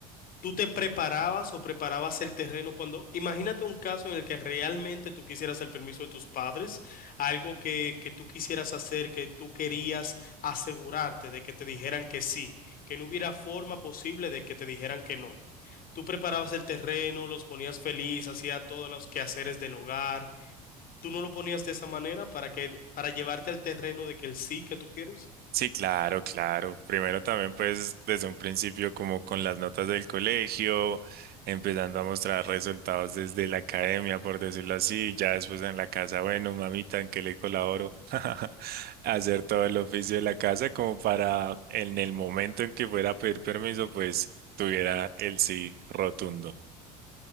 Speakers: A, on the left (about 45°); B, on the right (about 50°).
A: ¿Tú te preparabas o preparabas el terreno cuando, imagínate un caso en el que realmente tú quisieras el permiso de tus padres, algo que, que tú quisieras hacer, que tú querías asegurarte de que te dijeran que sí, que no hubiera forma posible de que te dijeran que no. Tú preparabas el terreno, los ponías feliz, hacía todos los quehaceres del hogar. ¿Tú no lo ponías de esa manera para que, para llevarte al terreno de que el sí que tú quieres?
B: Sí, claro, claro. Primero también pues desde un principio como con las notas del colegio, empezando a mostrar resultados desde la academia, por decirlo así, ya después en la casa, bueno, mamita, ¿en qué le colaboro? <laughs> Hacer todo el oficio de la casa como para en el momento en que fuera a pedir permiso, pues tuviera el sí rotundo.